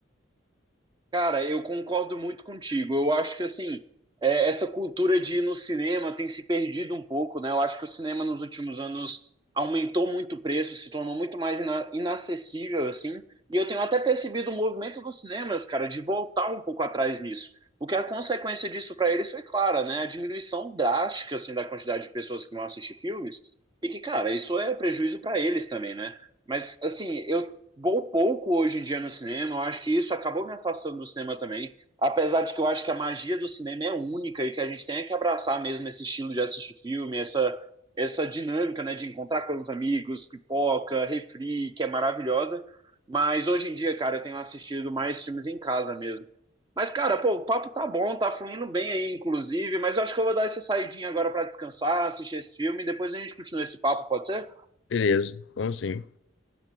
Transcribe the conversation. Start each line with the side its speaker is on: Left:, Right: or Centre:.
Right: Cara, eu concordo muito contigo. Eu acho que assim, é, essa cultura de ir no cinema tem se perdido um pouco, né? Eu acho que o cinema nos últimos anos aumentou muito o preço, se tornou muito mais ina- inacessível, assim. E eu tenho até percebido o movimento dos cinemas, cara, de voltar um pouco atrás nisso. O que é a consequência disso para eles foi clara, né? A diminuição drástica, assim, da quantidade de pessoas que vão assistir filmes. E que, cara, isso é prejuízo para eles também, né? Mas, assim, eu vou pouco hoje em dia no cinema. Eu acho que isso acabou me afastando do cinema também. Apesar de que eu acho que a magia do cinema é única e que a gente tem que abraçar mesmo esse estilo de assistir filme, essa, essa dinâmica, né, de encontrar com os amigos, pipoca, refri, que é maravilhosa. Mas hoje em dia, cara, eu tenho assistido mais filmes em casa mesmo. Mas, cara, pô, o papo tá bom, tá fluindo bem aí, inclusive. Mas eu acho que eu vou dar essa saidinha agora pra descansar, assistir esse filme e depois a gente continua esse papo, pode ser?
Left: Beleza, vamos sim.